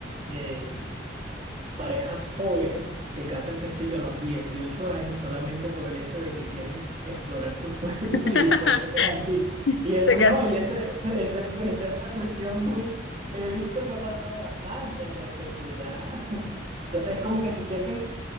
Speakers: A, on the right; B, on the left.
A: eh, parejas jóvenes se casan, qué sé yo, a los 18 años solamente por el hecho de que quieren explorar <laughs> sus cuerpos
B: <laughs>
A: y cuestiones así. Y eso
B: Te quedas-
A: no, y ese, ese es- esa es una cuestión muy, he visto que ha pasado bastante al respecto y ya. <laughs> Entonces es como que se sienten